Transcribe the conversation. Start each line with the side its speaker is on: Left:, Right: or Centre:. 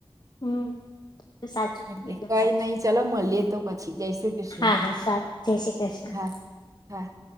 Left: હમ. સાચું
Right: એટલે
Left: એકદમ
Right: કઈ
Left: સાચું
Right: નય ચલો મલીએ તો પછી જય શ્રી કૃષ્ણ
Left: હા હા સારું જય શ્રી કૃષ્ણ.
Right: હા હા.